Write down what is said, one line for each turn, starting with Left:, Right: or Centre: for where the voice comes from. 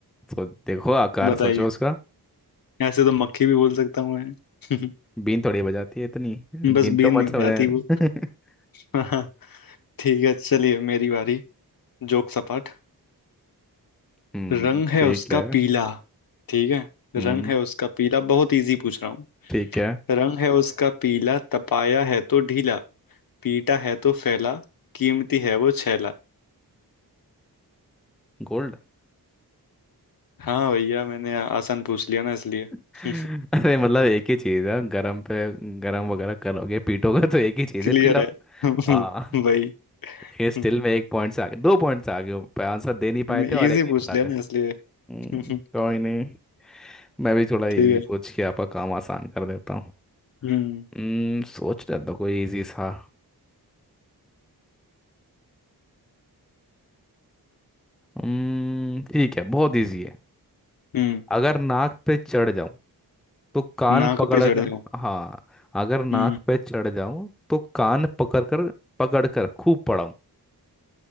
Centre: तो देखो आकार
Left: बताइए
Centre: सोचो उसका
Left: ऐसे तो मक्खी भी बोल सकता हूँ मैं
Centre: बीन थोड़ी बजाती है इतनी बीन
Left: <laughs> बस बीन
Centre: तो
Left: नहीं
Centre: मत
Left: हो
Centre: समझे
Left: जाती वो
Centre: <laughs>
Left: <laughs> हाँ ठीक है चलिए मेरी बारी जोक सपाट
Centre: हम्म
Left: रंग है
Centre: ठीक
Left: उसका
Centre: है
Left: पीला ठीक है
Centre: हम्म
Left: रंग है उसका पीला बहुत इजी पूछ रहा हूँ
Centre: ठीक है
Left: रंग है उसका पीला तपाया है तो ढीला पीटा है तो फैला कीमती है वो छैला
Centre: गोल्ड
Left: हाँ भैया मैंने आसान पूछ लिया ना इसलिए
Centre: <laughs>
Left: <laughs>
Centre: अरे मतलब एक ही चीज है गरम पे गरम वगैरह करोगे पीटोगे तो एक ही चीज
Left: क्लियर
Centre: है पीला
Left: है <laughs>
Centre: आ
Left: भाई
Centre: ये स्टिल
Left: हम्म,
Centre: में एक पॉइंट से आगे दो पॉइंट से आगे हो। पे आंसर दे नहीं पाए
Left: मैं
Centre: थे और
Left: इजी
Centre: एक ही
Left: पूछ
Centre: बता
Left: लिया
Centre: दे
Left: ना इसलिए
Centre: हम्म,
Left: हम्म,
Centre: कोई नहीं मैं भी थोड़ा इजी
Left: ठीक है
Centre: पूछ के आपका काम आसान कर देता हूँ
Left: हम्म
Centre: हम्म सोच रहा था कोई इजी सा हम्म ठीक है बहुत इजी है
Left: हम्म
Centre: अगर नाक पे चढ़ जाऊं तो कान
Left: नाक
Centre: पकड़
Left: पे चढ़े
Centre: कर
Left: हूँ
Centre: हाँ अगर नाक
Left: हम्म
Centre: पे चढ़ जाऊं तो कान पकड़ कर पकड़ कर खूब पढ़ाऊं